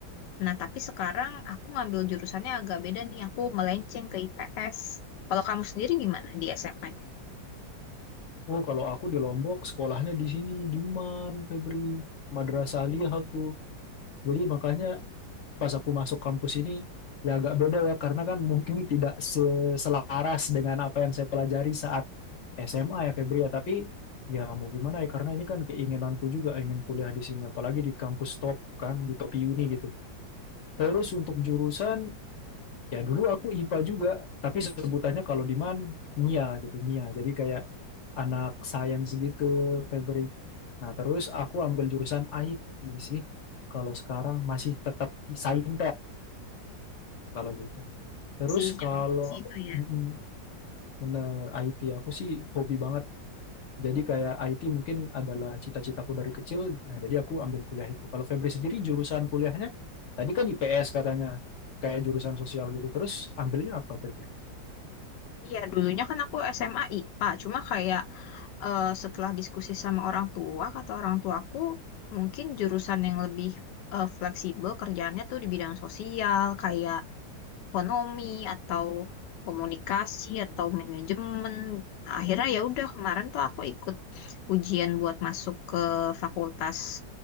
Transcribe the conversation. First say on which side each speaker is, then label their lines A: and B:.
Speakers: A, on the left; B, on the left.
A: Nah, tapi sekarang aku ngambil jurusannya agak beda nih. Aku melenceng ke IPS. Kalau kamu sendiri gimana di SMA?
B: oh kalau aku di Lombok sekolahnya di sini di MAN Febri Madrasah Aliyah aku jadi makanya pas aku masuk kampus ini ya agak beda ya karena kan mungkin tidak se- selaras dengan apa yang saya pelajari saat SMA ya Febri ya tapi ya mau gimana ya karena ini kan keinginanku juga ingin kuliah di sini apalagi di kampus top kan di top uni gitu terus untuk jurusan ya dulu aku IPA juga tapi sebutannya kalau di MAN MIA gitu MIA jadi kayak anak sains gitu Febri nah terus aku ambil jurusan IT sih kalau sekarang masih tetap saintek kalau gitu. Terus
A: Si yang
B: kalau
A: si itu ya.
B: mm-mm, bener IT aku sih hobi banget. Jadi kayak IT mungkin adalah cita-citaku dari kecil. Nah, jadi aku ambil kuliah itu. Kalau Febri sendiri jurusan kuliahnya tadi kan IPS katanya. Kayak jurusan sosial gitu. Terus ambilnya apa Febri?
A: Iya, dulunya kan aku SMA IPA, cuma kayak eh, setelah diskusi sama orang tua, kata orang tuaku, mungkin jurusan yang lebih eh, fleksibel kerjaannya tuh di bidang sosial, kayak ekonomi atau komunikasi atau manajemen. Nah, akhirnya ya udah kemarin tuh aku ikut ujian buat masuk ke Fakultas